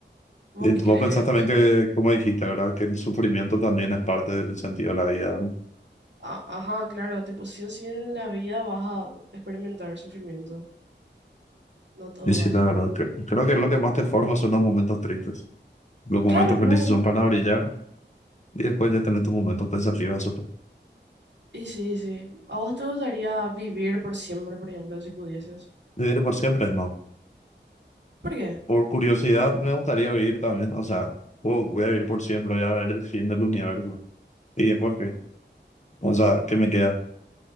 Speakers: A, on the right; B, on the left.
A: ¿Vos
B: Y vos
A: qué crees?
B: pensás también que, como dijiste, ¿verdad? Que el sufrimiento también es parte del sentido de la vida. ¿no?
A: A- ajá, claro, tipo, sí o sí en la vida vas a experimentar sufrimiento. No todo
B: Y sí,
A: va a
B: la
A: ser.
B: verdad. cre- Creo que lo que más te forma son los momentos tristes. Los momentos
A: Claro, claro.
B: felices son para brillar y después ya tener tus momentos pensativos. ¿no?
A: Y sí, sí. ¿A vos te gustaría vivir por siempre, por ejemplo, si pudieses?
B: Vivir por siempre, no.
A: ¿Por qué?
B: Por curiosidad, me gustaría vivir también. O sea, wow, voy a vivir por siempre, voy a ver el fin del universo. Y después, ¿qué? O sea, ¿qué me queda?